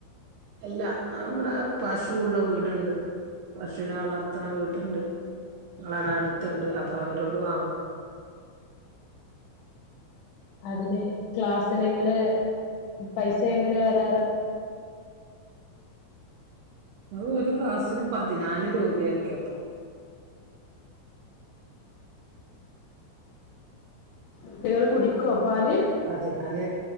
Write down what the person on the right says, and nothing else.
അല്ല അവിടെ പശുള്ള വീടുണ്ട് പശുവിനെ വളർത് ത്തണ വീട്ടുണ്ട് ങ്ങളടെ അടുത്തണ്ട് അപ്പൊ അവരോട് വാങ്ങും.
ഓ ഒരു ക്ലാസിന് പതിനാല് രൂപയൊക്കെ അപ്പൊ
അതെ ന്നാല്